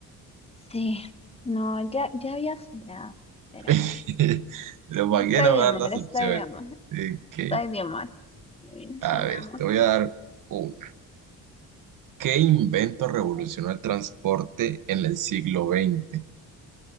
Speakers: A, on the left (about 15°); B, on the right (about 60°).
A: Sí, no, ya, ya había fallado, pero
B: <laughs>
A: bueno,
B: Pero para
A: No está
B: qué no
A: idiomar,
B: me dan las
A: está
B: opciones.
A: idiomar,
B: Ok,
A: está idiomar. Bueno,
B: a
A: sigamos.
B: ver, te voy a dar una. ¿Qué invento revolucionó el transporte en el siglo veinte